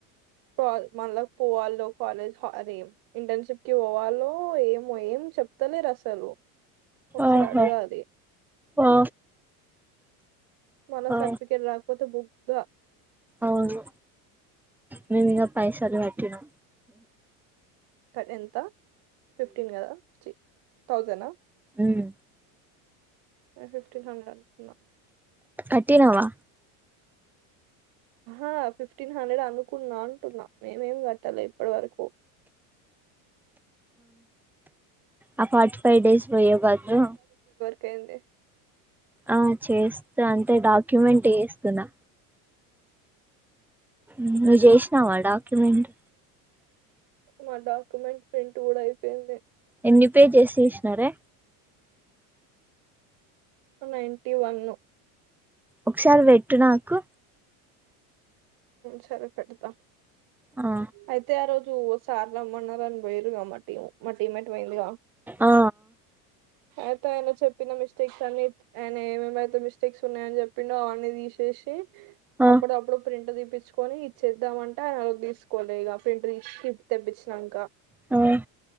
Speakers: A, on the right; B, in the centre.
A: <unintelligible> మళ్ళకా పోవాలో కాలేజ్ హే ఇంటర్న్షిప్ కి పోవాలో ఏమో ఏం చెప్తలేరా అసలు ఒకసారి
B: ఆహా
A: అడగాలి
B: ఆ
A: మన
B: ఆ
A: సార్టిఫట్ రాగపోథ బుక్ దా
B: అవును మేను ఇంకా పైసలు కట్టినా
A: ట్ ఎంత ఫిఫ్టీన్ గదా చీ థౌసండ్ ఆ
B: హ్మ్మ్
A: నేను ఫిఫ్టీన్ హండ్రెడ్ అనుకున్నా
B: కట్టినవా
A: ఆ ఫిఫ్టీన్ హండ్రెడ్ అనుకున్నా అంటున్నా మేమేం గట్టాలి ఇప్పటి వరకు
B: ఆ ఫార్టీ ఫైవ్ డేస్ పోయేవి గాదు
A: కేంది
B: ఆ చేస్తా అంటే డాక్యుమెంట్ ఎస్తున్నా నువ్వు చేసినావా డాక్యుమెంట్
A: మా డాక్యుమెంట్ ప్రింట్ కూడా అయిపోయింది
B: ఎన్ని పేజేస్ ఎసినారే
A: నైన్ంటి వన్ను
B: ఒకసారి వెట్టు నాకు
A: సరే పెడతా
B: ఆ
A: అయితే ఆ రోజు టు సార్లమ్మన్నార పోయిరుగా మా టీం మా టీమ్ మేట్ పోయందిగా
B: ఆ
A: అయితే ఆయన చెప్పిన మిస్టేక్స్ అన్ని ఆయన ఏమేమైతే మిస్టేక్స్ ఉన్నాయని చెప్పిండో అవని తీసేసి
B: ఆ
A: అప్పుడప్పుడు ప్రింట్ తీప్పించుకొని ఇచేద్దామంటే ఆయన తీసుకోలే ఇగా ప్రింట్ తీ తెప్పించినాంక
B: హ్మ్మ్